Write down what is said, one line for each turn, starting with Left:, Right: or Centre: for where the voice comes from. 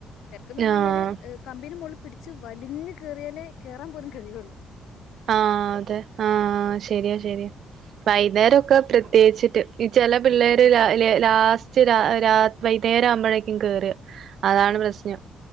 Left: തെരക്കൊ തെരക്ക്ന്ന് പറഞ്ഞു
Right: ആഹ്
Left: കഴിഞ്ഞാല് കമ്പി ന് മുകളിൽ പിടിച്ച് വലിഞ്ഞ് കേറിയാലേ കയറാൻ പോലും കഴിയൊള്ളു
Right: ആഹ് അതെ ആഹ് ശരിയാ ശരിയാ വൈകുന്നേരൊക്കെ പ്രത്യേകിച്ചിട്ട് ഈ ചെല പിള്ളേര്
Left: അയ്യോ
Right: ലാ ല ലാസ്റ്റ് രാ രാ വൈകുന്നേരം ആവുമ്പോഴേക്കും കേറഅതാണ് പ്രശ്നം